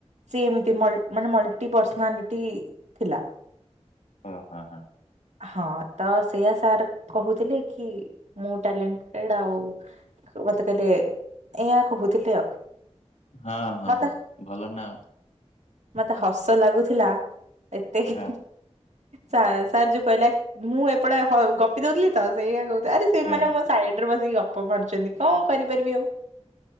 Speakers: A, on the right; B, on the left.
A: ସେ ଏମିତି ମାନେ ମଲଟି ପର୍ସନାଲିଟି ଥିଲା।
B: ଓ ହଁ ହଁ।
A: ହ ତ ସେଇୟା ସାର୍ କହୁଥିଲେ କି ମୁଁ ଟାଲେଣ୍ଟେଡ ଆଉ ମତେ କହିଲେ ଏଇୟା କହୁଥିଲେ ଆଉ।
B: ହଁ ହଁ
A: ମତେ
B: ହଁ ଭଲ ନା ଆଉ।
A: ମତେ ହସ ଲାଗୁଥିଲା ଏତେ କି
B: ଆଉ
A: ସାର୍ ଯୋଉ କହିଲା ମୁଁ ଏପଟେ ଗପି ଦଉଥିଲି ତ ସେଇୟା କହୁଥିଲି ଆରେ ସେଇମାନେ
B: ହଁ
A: ମ ସାଇଡ ରେ ବସିକି ଗପ ମାରୁଚନ୍ତି କଣ କରିପାରିବି ଆଉ।